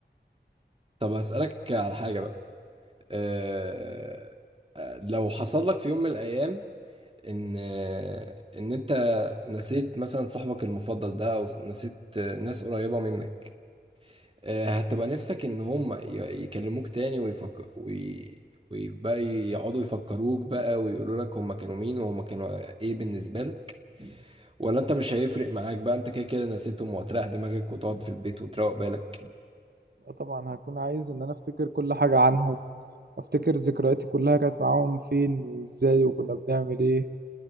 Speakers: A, on the right; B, on the right.
A: طب هسألك على حاجة بقى أه لو حصل لك في يوم من الأيام إن إن أنت نسيت مثلا صاحبك المفضل ده أو نسيت ناس قريبة منك آه، هتبقى نفسك ان هم ي- يكلموك تاني ويفك... وي... ويبقى يقعدوا يفكروك بقى ويقولوا لك هم كانوا مين وهم كانوا ايه بالنسبة لك ولا انت مش هيفرق معاك بقى انت كده كده نسيتهم وهتريح دماغك وتقعد في البيت وتروق بالك
B: طبعا هكون عايز ان انا افتكر كل حاجه عنهم افتكر ذكرياتي كلها كانت معاهم فين وازاي وكنا بنعمل ايه